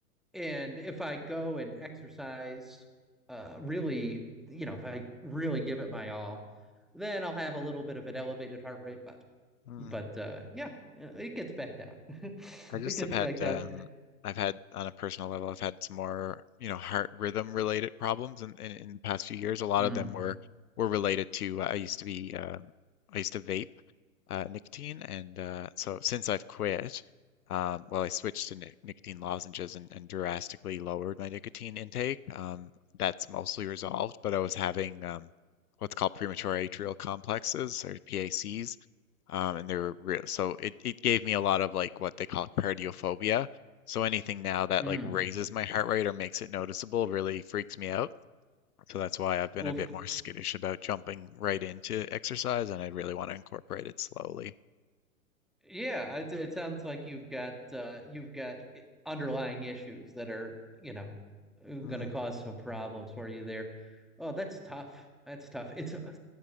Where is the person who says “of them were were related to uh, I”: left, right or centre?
Left